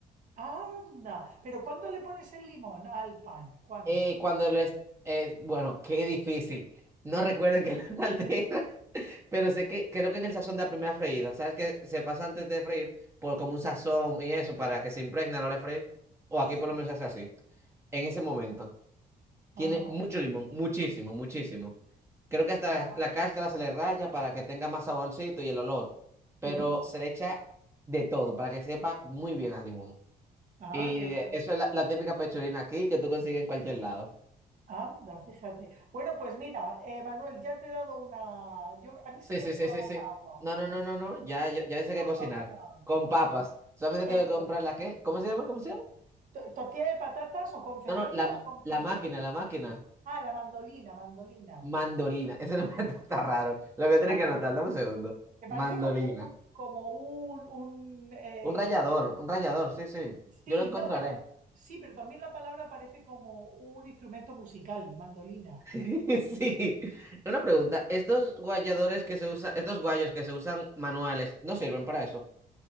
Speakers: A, on the right (about 55°); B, on the right (about 15°).
A: anda. Pero ¿cuándo le pones el limón al pan? ¿Cuándo?
B: Eh, cuando les... eh, bueno, qué difícil. No recuerden que <laughs> no altera, pero sé que creo que en el sazón de la primera freída, ¿sabes que Se pasa antes de freír por como un sazón y eso para que se impregne a la hora de freír. O aquí
A: Sí.
B: por lo menos se hace así. En ese momento.
A: Ajá.
B: Tiene mucho limón, muchísimo, muchísimo. Creo que hasta
A: Ah,
B: la cáscara se le raya para que tenga más saborcito y el olor. Pero
A: uh,
B: se le echa de todo para que sepa muy bien al limón.
A: ah,
B: Y
A: qué bueno.
B: eh, eso es la, la típica pechurina aquí que tú consigues en cualquier lado.
A: Anda, fíjate. Bueno, pues mira, eh, Manuel, ya te he dado una. Yo, a mí
B: Sí,
A: se me
B: sí,
A: ha hecho
B: sí,
A: la
B: sí,
A: boca
B: sí.
A: agua.
B: No, no, no, no, no. Ya, ya, ya sé qué
A: Una
B: cocinar.
A: buena.
B: Con papas. Solamente
A: Eso
B: tengo que comprar
A: es.
B: la qué. ¿Cómo se llama? ¿Cómo se llama?
A: To- ¿Tortilla de patatas o con cebolla
B: No, no, la, ma-
A: o con pimiento?
B: la máquina, la máquina.
A: Ah, la mandolina, mandolina,
B: Mandolina. Ese nombre <laughs> está raro. Lo voy a tener
A: mandolina.
B: que anotar. Dame un segundo.
A: Me parece
B: Mandolina.
A: como un, como un, un, eh,
B: Un rallador, un rallador, sí, sí.
A: Sí,
B: Yo lo encontraré.
A: no, pero sí, pero también la palabra parece como un instrumento musical, mandolina.
B: <laughs> Sí. Una pregunta. Estos guayadores que se usan, estos guayos que se usan manuales, ¿no sirven para eso?